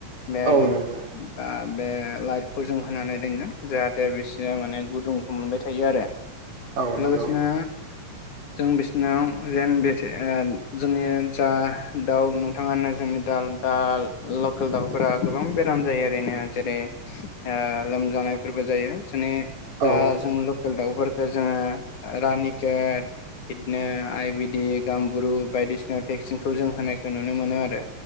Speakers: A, on the left; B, on the right.
A: <unintelligible>
B: औ नंगौ
A: बे लाइटखौ जों होनानै दोनो जा हाते बिसोर माने गुदुंखौ मोनबाय थायो आरो।
B: औ नंगौ
A: लोगोसेनो जों बिसोरनाव जेन बे ओ जोंनि जा दाउ नोंथाङानो जोंनि दाल दा दाल लकेल दाउफोरा गोबां बेराम जायो ओरैनो जेरै ओ लोमजानायफोर बो जायो। माने
B: औ
A: जा जों लकेल दाउफोर ओ जोङो रानि केेट इदनो आयुरवेदिक गामबुरु बायदिसिना भेक्सिनखौ जों होनायखौ नुनो मोनो आरो।